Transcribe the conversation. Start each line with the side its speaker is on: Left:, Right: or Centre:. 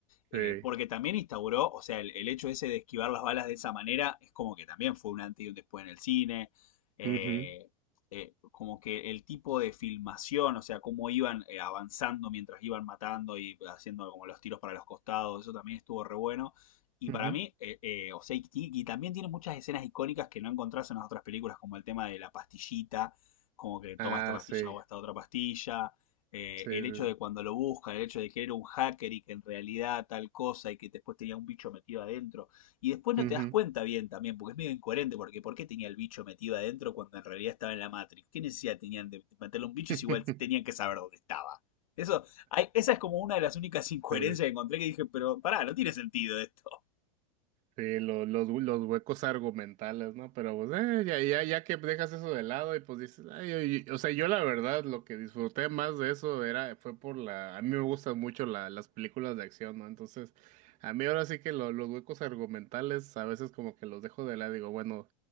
Left: eh,
Right: sí.
Left: porque también instauró, o sea, el, el hecho ese de esquivar las balas de esa manera es como que también fue un antes y un después en el cine. eh,
Right: Ujú,
Left: eh, como que el tipo de filmación, o sea, cómo iban eh, avanzando mientras iban matando y haciendo como los tiros para los costados, eso también estuvo re bueno. Y
Right: ujú.
Left: para mí, eh, eh, o sea, y, y también tiene muchas escenas icónicas que no encontrás en las otras películas, como el tema de la pastillita, como que toma
Right: Ah,
Left: esta pastilla
Right: sí,
Left: o esta otra pastilla, eh,
Right: sí,
Left: el
Right: sí.
Left: hecho de cuando lo busca, el hecho de que era un hacker y que en realidad tal cosa y que después tenía un bicho metido adentro. Y después no
Right: Ujú.
Left: te das cuenta bien también, porque es medio incoherente, porque ¿por qué tenía el bicho metido adentro cuando en realidad estaba en la Matrix? ¿Qué necesidad tenían de meterle un bicho
Right: <laughs>
Left: si igual tenían que saber dónde estaba? Eso, hay- esa es como una de las únicas incoherencias
Right: Sí,
Left: que encontré que dije, pero pará, no tiene sentido esto.
Right: Sí, los, los, hue- los huecos argumentales, ¿no? Pero pues, eh, ya, ya, ya que dejas eso de lado y pues dices, ay, oye, o sea, yo la verdad lo que disfruté más de eso era, fue por la, a mí me gustan mucho la- las películas de acción, ¿no? Entonces, a mí ahora sí que lo- los huecos argumentales a veces como que los dejo de lado, digo, bueno,